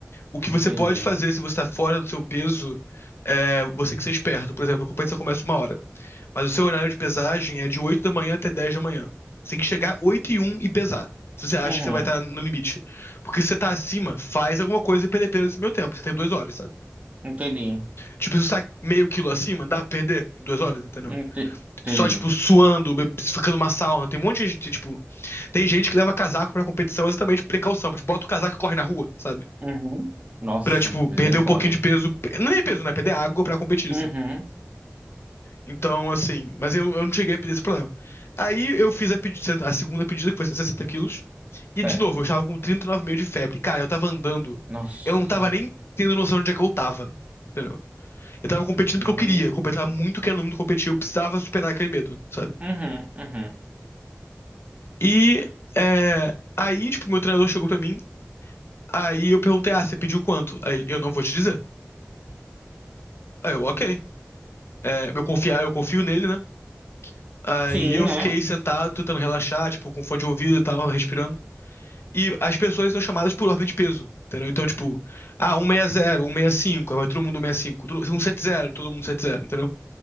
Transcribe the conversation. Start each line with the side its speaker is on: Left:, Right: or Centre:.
Left: O que
Right: Entendi.
Left: você pode fazer se você está fora do seu peso, é, você tem que ser esperto. Por exemplo, a competição começa uma hora, mas o seu horário de pesagem é de 8 da manhã até 10 da manhã. Você tem que chegar 8 e um e pesar, se você acha
Right: Uhum.
Left: que você vai estar no limite. Porque se você está acima, faz alguma coisa e perder peso nesse meio tempo. Você tem duas horas, sabe?
Right: Entendi.
Left: Tipo, se você está meio quilo acima, dá pra perder em duas horas, entendeu?
Right: Ente- Entendi.
Left: Só, tipo, suando, ficando uma sauna. Tem um monte de gente, tipo, tem gente que leva casaco pra competição exatamente por precaução. Tipo, bota o casaco e corre na rua, sabe?
Right: Uhum. Nossa,
Left: Pra, tipo, perder
Right: misericórdia.
Left: um pouquinho de peso. Não é peso, né? Perder água pra competir,
Right: Uhum.
Left: sabe? Então, assim. Mas eu, eu não cheguei a pedir esse problema. Aí eu fiz a, pedi- a segunda pedida, que foi 60 quilos. E,
Right: Certo.
Left: de novo, eu estava com 39,5 de febre. Cara, eu tava andando.
Right: Nossa,
Left: Eu não
Right: cara.
Left: tava nem tendo noção de onde é que eu tava. Entendeu? Eu tava competindo
Right: Hum.
Left: porque eu queria. Eu tava muito querendo muito competir. Eu precisava superar aquele medo, sabe?
Right: Uhum, uhum.
Left: E. É... Aí, tipo, meu treinador chegou pra mim Aí eu perguntei, ah, você pediu quanto? Aí ele, eu não vou te dizer. Aí eu, ok. É, eu confiar, eu confio nele, né? Aí
Right: Sim,
Left: eu
Right: né?
Left: fiquei sentado, tentando relaxar, tipo, com fone de ouvido e tal, respirando. E as pessoas são chamadas por ordem de peso, entendeu? Então, tipo, ah, 160, 165, aí vai todo mundo 165, todo- 170, todo mundo 170, entendeu?